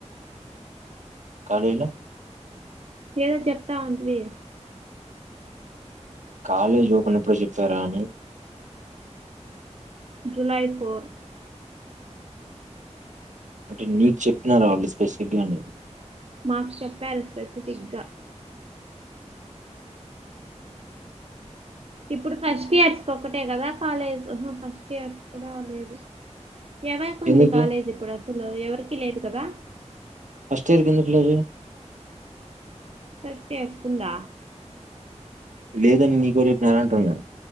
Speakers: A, on the right; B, on the right.
A: కాలేజ్ లో
B: ఏదో చెప్తా ఆంటీవి
A: కాలేజ్ ఓపెన్ ఎప్పుడో చెప్పారా అని
B: జులై ఫోర్
A: అంటే నీకు చెపినారా వాళ్ళు స్పెసిఫిగా అని
B: మాకు చెప్పారు స్పెసిఫిక్ గా ఇప్పుడు ఫస్ట్ ఇయర్స్ కి ఒక్కటే కదా కాలేజ్ ఫస్ట్ ఇయర్స్ కూడా లేదు ఎవరికి ఉంది
A: ఎందుకు
B: కాలేజీ ఇప్పుడు అసలు ఎవరికి లేదు కదా
A: ఫస్ట్ ఇయర్ కి ఎందుకు లేదు
B: ఫస్ట్ ఇయర్స్ కి ఉందా
A: లేదని నీకు ఎవరు చెప్పినారు అంటున్నా